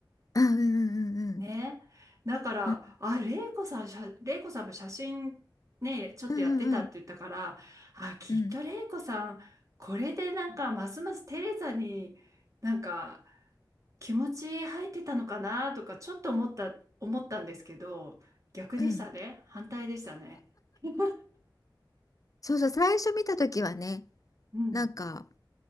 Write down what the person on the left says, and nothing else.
あうんうんうん
うん
うんうんうん
うん
うん
そうそう最初見た時はね
なんか